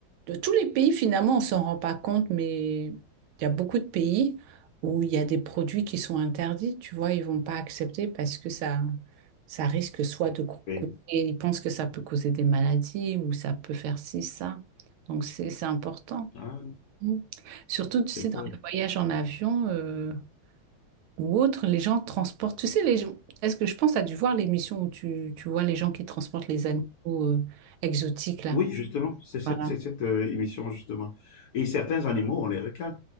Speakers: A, on the right (about 80°); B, on the left (about 65°).
A: De tous les pays, finalement, on s'en rend pas compte, mais il y a beaucoup de pays où il y a des produits qui sont interdits. Tu vois, ils vont pas accepter parce que ça, ça risque soit de coûter,
B: Oui.
A: ils pensent que ça peut causer des maladies ou ça peut faire ci, ça. Donc, c'est, c'est important.
B: Ah,
A: Mm. Surtout, tu sais,
B: d'accord.
A: dans les voyages en avion. euh, ou autre, les gens transportent. Tu sais, les gens, est-ce que je pense, à dû voir l'émission où tu, tu vois les gens qui transportent les animaux euh, exotiques là.
B: Oui, justement, c'est cette,
A: Voilà.
B: c'est cette euh, émission, justement. Et certains animaux, on les recale.